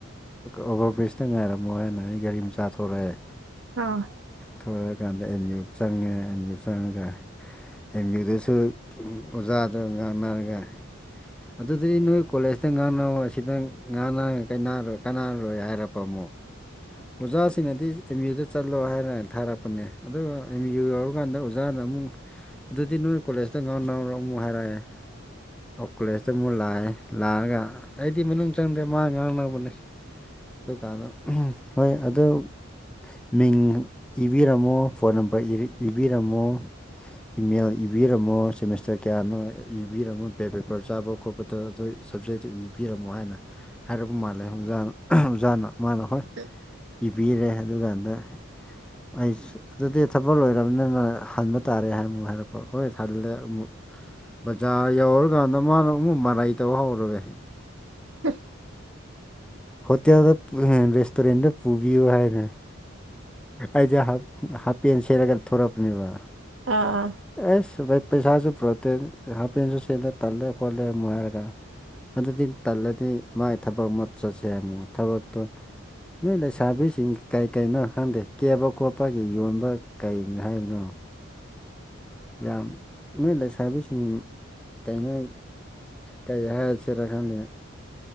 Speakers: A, in the centre; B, on the right.
A: ꯑꯣꯚꯔ ꯕ꯭ꯔꯤꯖꯇ ꯉꯥꯏꯔꯝ ꯃꯣ ꯍꯦꯟꯅ ꯑꯩ ꯒꯥꯔꯤ ꯃꯆꯥꯥꯊꯣꯔꯛꯑꯦ
B: ꯑꯥ
A: ꯊꯣꯔꯛꯑꯀꯥꯟꯗ ꯑꯦꯝ ꯌꯨ ꯆꯪꯉꯦ ꯑꯦꯝ ꯌꯨ ꯆꯪꯉꯒ ꯑꯦꯝ ꯌꯕꯤꯨꯗꯁꯨ ꯑꯣꯖꯥꯗ ꯉꯥꯡꯅꯔꯒ ꯑꯗꯨꯗꯤ ꯅꯣꯏ ꯀꯣꯂꯦꯖꯇ ꯉꯥꯡꯅ ꯑꯁꯤꯗ ꯉꯥꯡ ꯀꯔꯣꯏ ꯀꯥꯟꯅꯔꯔꯣꯏ ꯍꯥꯏꯔꯛꯄ ꯑꯃꯨꯛ ꯑꯣꯖꯥꯁꯤꯡꯅꯗꯤ ꯑꯦꯝ ꯌꯨꯗ ꯆꯠꯂꯣ ꯍꯥꯏꯔ ꯊꯥꯔꯛꯄꯅꯦ ꯑꯗꯨꯒ ꯑꯦꯝ ꯌꯨ ꯌꯥꯎꯔꯀꯥꯟꯗ ꯑꯣꯖꯥꯅ ꯑꯃꯨꯛ ꯑꯗꯨꯗꯤ ꯅꯣꯏ ꯀꯣꯂꯦꯖꯇ ꯉꯥꯡꯅꯧꯔꯣ ꯑꯃꯨꯛ ꯍꯥꯏꯔꯛꯑꯦ ꯀꯣꯂꯦꯖꯇ ꯑꯃꯨꯛ ꯂꯥꯛꯑꯦ ꯂꯥꯛꯑꯒ ꯑꯩꯗꯤ ꯃꯅꯨꯡ ꯆꯪꯗꯦ ꯃꯥ ꯉꯥꯡꯕꯅꯦ ꯑꯗꯨꯀꯥꯟꯗ ꯍꯣꯏ ꯑꯗꯨ ꯃꯤꯡ ꯏꯕꯤꯔꯝꯃꯣ ꯐꯣꯟ ꯅꯝꯕꯔ ꯏꯕꯤꯔꯝꯃꯣ ꯏꯃꯦꯜ ꯏꯕꯤꯔꯝꯃꯣ ꯁꯦꯃꯤꯁꯇꯔ ꯀꯌꯥꯅꯣ ꯏꯕꯤꯔꯝꯃꯣ ꯕꯦꯛ ꯄꯦꯄꯔ ꯆꯥꯕ ꯈꯣꯠꯄꯗ ꯑꯗꯨ ꯁꯕꯖꯦꯛꯇꯨ ꯌꯦꯡꯕꯤꯔꯝꯃꯣ ꯍꯥꯏꯅ ꯍꯥꯏꯔꯛꯄ ꯃꯥꯜꯂꯦ ꯑꫭꯖꯥꯅ ꯑꯣꯖꯥꯅ ꯃꯥꯅ ꯍꯣꯏ
B: <unintelligible>
A: ꯏꯕꯤꯔꯦ ꯑꯗꯨꯀꯥꯟꯗ ꯑꯩ ꯑꯗꯨꯗꯤ ꯊꯕꯛ ꯂꯣꯏꯔꯕꯅꯤꯅ ꯍꯟꯕ ꯇꯥꯔꯦ ꯍꯥꯏ ꯑꯃꯨꯛ ꯍꯥꯏꯔꯛꯄ ꯍꯣꯏ ꯍꯜꯂꯦ ꯑꯃꯨꯛ ꯕꯖꯥꯔ ꯌꯧꯔꯀꯥꯟꯗ ꯃꯥꯅ ꯑꯃꯨꯛ ꯃꯔꯩ ꯇꯧ ꯍꯧꯔꯛꯔꯦ
B: <inaudible>
A: ꯍꯣꯇꯦꯜꯗ ꯔꯦꯁꯇꯨꯔꯦꯟꯗ ꯄꯨꯕꯤꯌꯨ ꯍꯥꯏꯅ ꯑꯩꯁꯦ ꯍꯥꯞ ꯍꯥꯄꯦꯟ ꯁꯦꯠꯂꯒ ꯊꯣꯔꯛꯄꯅꯦꯕ
B: ꯑꯥ ꯑꯥ
A: ꯑꯦꯁ ꯄꯩꯁꯥꯁꯨ ꯄꯨꯔꯛꯇꯦ ꯍꯥꯐꯦꯟꯁꯨ ꯁꯦꯠꯂꯦ ꯇꯜꯂꯦ ꯈꯣꯠꯂꯦ ꯑꯃ ꯍꯥꯏꯔꯒ ꯑꯗꯨꯗꯤ ꯇꯜꯂꯗꯤ ꯃꯥꯥꯏ ꯊꯕꯛ ꯃꯣꯠ ꯆꯠꯁꯦ ꯑꯃꯨꯛ ꯊꯕꯛꯇꯣ ꯅꯣꯏ ꯂꯩꯁꯥꯕꯤꯁꯤꯡ ꯀꯩ ꯀꯔꯤꯩꯅꯣ ꯈꯪꯗꯦ ꯀꯦꯕ ꯈꯣꯠꯄꯒꯤ ꯌꯣꯟꯕ ꯀꯩꯅꯣ ꯍꯥꯏꯕꯅꯣ ꯌꯥꯝ ꯅꯣꯏ ꯂꯩꯁꯔꯕꯤꯁꯤꯡ ꯀꯩꯅꯣ ꯀꯩ ꯍꯥꯏꯔꯁꯤꯔ ꯈꯪꯗ